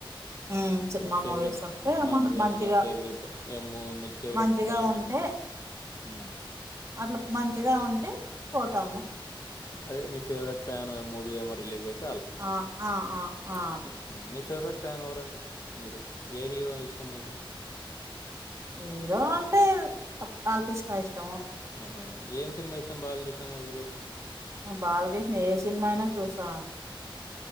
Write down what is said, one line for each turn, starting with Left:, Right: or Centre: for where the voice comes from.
Right: ఉమ్ సినిమా
Left: ఫేవరెట్
Right: మూవీస్ ఉంటే
Left: అదేమ
Right: మన మంచిగా
Left: నా ఫేవరెట్ మే మీకు ఫేవరెట్
Right: మంచిగా
Left: ఫ్యాను
Right: ఉంటే
Left: మ్
Right: అట్లా మంచిగా ఉంటే పోతాము
Left: అదే మీ ఫేవరెట్ ఫ్యాన్ మూవీ ఏమో రిలీజ్ అయిది
Right: ఆ ఆ ఆ ఆ అ
Left: ఉమ్, మీ ఫేవరెట్ ఫ్యాన్ ఎవరండి మీరు ఏ హీరో ఇష్టం మీకు
Right: హీరో అంటే బాలకృష్ణ ఇష్టము
Left: ఆహా ఏం సినిమా ఇష్టం బాలకృష్ణ మూవీలో
Right: బాలకృష్ణ ఏ సినిమా అయినా చూస్తా